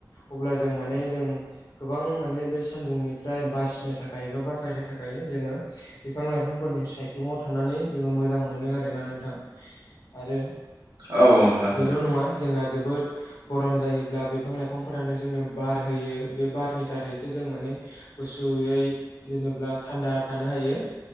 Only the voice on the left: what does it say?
अब्ला जों माने जों गोबां माने बे सानदुंनिफ्राय बासिनो थाखाय एबा बासायनो थाखाय जोङो बिफां लाइफांफोरनि सायख्लुमाव थानानै जोङो मोजां मोनो आरोना नोंथां। आरो
बेल'
नङा जोंहा जोबोद गरम जायोब्ला बिफां लाइफांफोरानो जोंनो बार होयो बे बारनि दारैसो जों माने गुसुयै जेनेब्ला थान्दा थानो हायो।